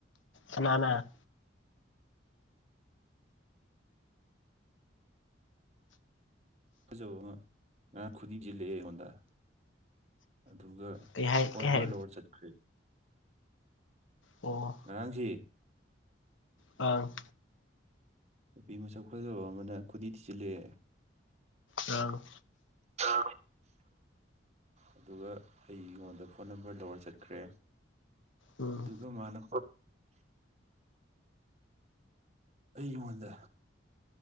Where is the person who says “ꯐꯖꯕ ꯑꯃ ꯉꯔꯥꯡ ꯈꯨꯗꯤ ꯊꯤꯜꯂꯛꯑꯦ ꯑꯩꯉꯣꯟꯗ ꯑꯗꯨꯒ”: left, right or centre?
Right